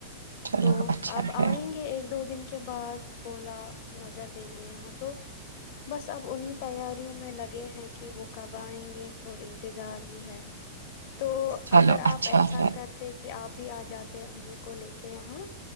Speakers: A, on the right; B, on the left.
A: چلو
B: تو
A: اچھا
B: اب
A: ہے
B: آئیں گے ایک دو دن کے کے بعد بولا نظر دیں گے یہاں تو بس اب انہیں تیاریوں میں لگے ہیں کہ وہ کب آئیں گے اور انتظار بھی ہے تو
A: چلو
B: اگر آپ
A: اچھا
B: ایسا
A: ہے
B: کرتے کہ کہ آپ بھی آ جاتے ہیں امی کو لے کے کہ یہاں